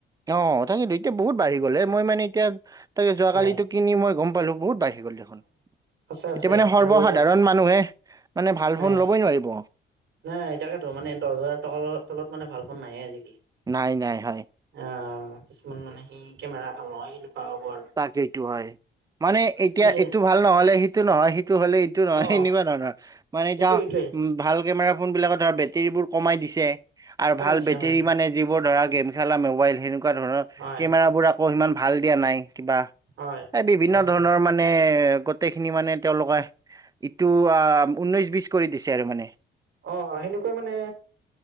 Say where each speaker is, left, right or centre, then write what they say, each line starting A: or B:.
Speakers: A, on the right; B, on the right.
A: অ তাকেতো এতিয়া বহুত বাঢ়ি গ'লে মই মানে এতিয়া তাকে যোৱাকালি
B: হয়
A: কিনি মই গম পালো বহুত বাঢ়ি গল দেখোন,
B: সঁচাই
A: এতিয়া
B: সঁচাই
A: মানে সৰ্বসাধাৰণ
B: আৰু
A: মানুহে মানে ভাল
B: নাই
A: ফোন ল'বই নোৱাৰিব।
B: নাই তাকেইতো মানে দহ হাজাৰ ট তলত মানে ভাল পোন নাহে আজিকালি।
A: নাই নাই হয়
B: আ কিছুমান মানে সি কেমেৰা ভাল নহয় সেনেকুৱা হ'ব আৰু।
A: তাকেইটো হয় মানে
B: এইটোৱে
A: এতিয়া এইটো ভাল নহ'লে সেইটো নহয় সেইটো হ'লে এইটো নহয়
B: অ
A: এনেকুৱা ধৰণৰ, মানে এতিয়া
B: এইটোৱে এইটোৱে
A: ভাল কেমেৰা ফোন বিলাকত ধৰা বেটেৰীবোৰ কমাই দিছে আৰু
B: কমাই
A: ভাল
B: দিছে
A: বেটেৰী
B: হয় হয়
A: মানে যিবোৰ ধৰা গেম খেলা মোবাইল সেনেকুৱা ধৰণৰ
B: হয়
A: কেমেৰাবোৰক আকৌ সিমান ভাল দিয়া নাই কিবা
B: হয়।
A: এই বিভিন্ন
B: হয়
A: ধৰণৰ
B: হয়
A: মা নে গোটেই খিনি মানে তেওঁলোকে ইটো আ উঊনৈশ বি কৰি দিছে আৰু মানে।
B: অ সেনেকুৱা মানে